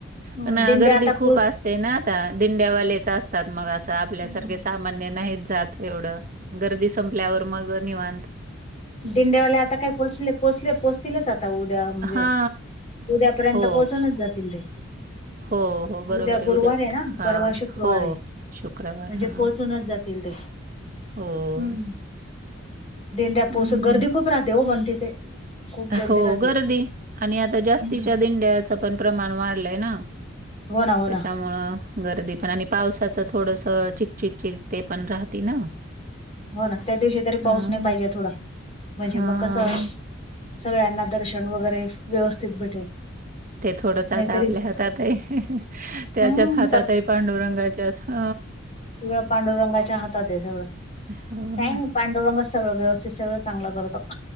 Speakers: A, on the left (about 35°); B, on the right (about 40°).
A: हम्म.
B: पण
A: दिंडे
B: गर्दी
A: आता
B: खूप
A: पोच
B: असते ना आता दिंड्यावालेच असतात मग असं आपल्यासारखे
A: हम्म
B: सा मान्य नाहीत जात एवढं गर्दी संपल्यावर मग निवां
A: दिंड्यावाले आता काय पोचले, पोचले पोचतीलच आता उद्या म्हणजे
B: हा
A: उद्यापर्यंत
B: हो
A: पोहोचूनच जातील ते.
B: हो हो बरोबर
A: उद्या गुरुवार
B: उद्यापर
A: आहे ना,
B: हा
A: परवा शुक्रवार
B: हो
A: आहे
B: शुक्रवार
A: म्हणजे
B: हा
A: पोहचूनच जात तील ते <inaudible>
B: हो..
A: हम्म दिंड्या
B: हम्म,
A: पोच गर्दी खूप राहते ओ बन तिथे खूप गर्दी
B: हो
A: राहते
B: गर्दी आणि आता जास्तीच्या
A: हो
B: दिंड्याचं पण प्रमाण वाढलंय ना
A: ना हो
B: त्याच्यामुळं
A: ना
B: गर्दी पण आणि पावसाचं थोडसं चिकचिक चिक ते पण राहते ना.
A: हो ना त्या दिवशी तर
B: हा
A: पाऊस नाय पाहिजे थोडा म्हणजे
B: हा
A: मग कसं
B: ते
A: सगळ्यांना दर्शन वगैरे व्यवस्थित भेटेल.
B: ते थोडंच आता
A: नाहीतरी
B: आपल्या हातात हाय त्यांच्याच
A: हम्म
B: हातात हाय पांडुरंगाच्याच. अ
A: केवळ पांडुरंगाच्या हातात हाय सगळं.
B: हो
A: काय
B: ना.
A: नाय पांडुरंगच सगळं व्यवस्थित सगळं चांगलं करतो.